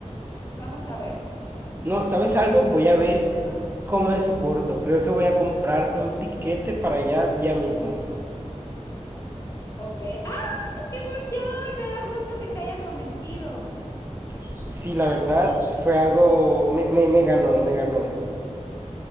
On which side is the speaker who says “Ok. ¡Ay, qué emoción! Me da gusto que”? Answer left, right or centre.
Left